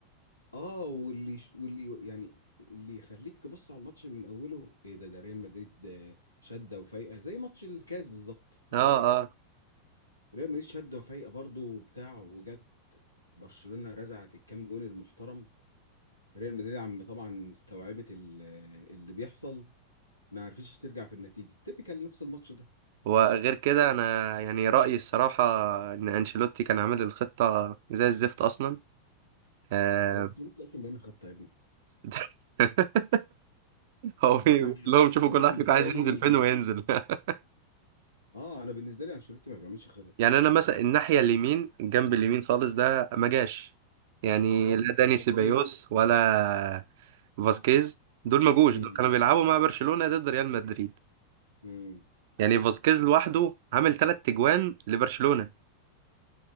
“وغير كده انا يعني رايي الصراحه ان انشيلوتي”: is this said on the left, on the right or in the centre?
Right